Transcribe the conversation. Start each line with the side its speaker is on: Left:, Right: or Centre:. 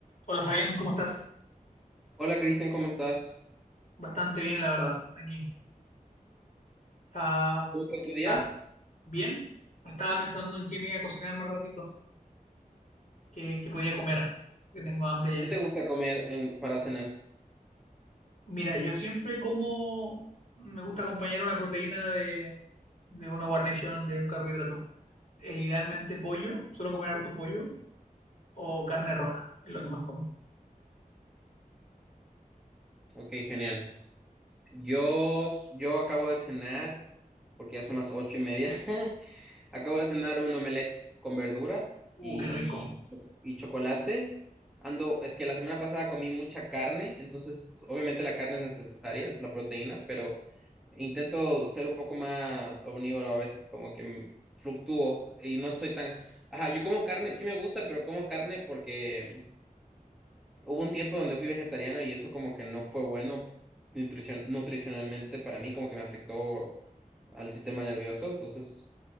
Left: Hola Fabián, ¿cómo estás?
Centre: Hola Cristian, ¿cómo estás?
Left: Bastante bien, la verdad, aquí. Está,
Centre: ¿Cómo fue tu día?
Left: está bien. Estaba pensando en qué me iba a cocinar más ratito, qué, qué podía comer, que tengo hambre ya.
Centre: ¿Qué te gusta comer en- para cenar?
Left: Mira, yo siempre como, me gusta acompañar una proteína de, de una guarnición, de un carbohidrato. E idealmente pollo, suelo comer harto pollo o carne roja, es lo que más como.
Centre: Ok, genial. Yo, yo acabo de cenar, porque ya son las ocho y media. <laughs> Acabo de cenar un omelette con verduras
Left: Uh,
Centre: y,
Left: qué rico.
Centre: y chocolate. Ando, es que la semana pasada comí mucha carne, entonces obviamente la carne es necesaria, la proteína, pero intento ser un poco más omnívoro a veces, como que m- fluctúo y no soy tan... Ajá, yo como carne, sí me gusta, pero como carne porque Hubo un tiempo donde fui vegetariano y eso como que no fue bueno nutricion- nutricionalmente para mí, como que me afectó al sistema nervioso. Entonces,